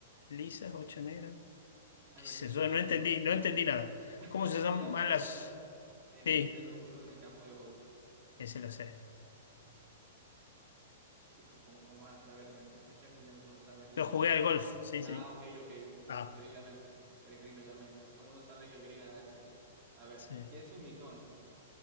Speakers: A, on the left; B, on the right.
A: lisas, ocho negras.
B: A
A: ¿Qué
B: ver,
A: sé
B: dice
A: yo?
B: el otro.
A: No entendí, no entendí nada.
B: <laughs>
A: ¿Cómo
B: ¿Cómo
A: se
B: se
A: llaman
B: llama la
A: las?
B: zona en
A: Sí,
B: la que está el hoyo en el campo de golf?
A: ese lo sé.
B: Eh, ¿Cómo, cómo, cómo vas a saber? Me, me está chamullando, tú no sabes
A: Yo jugué al golf, sí,
B: Ah,
A: sí.
B: ok, ok, viste,
A: Ah,
B: se leí la mente. Era el Green, obviamente. O sea, todo el mundo sabe que el Green era ese. A ver,
A: sí.
B: ¿qué es un mitón?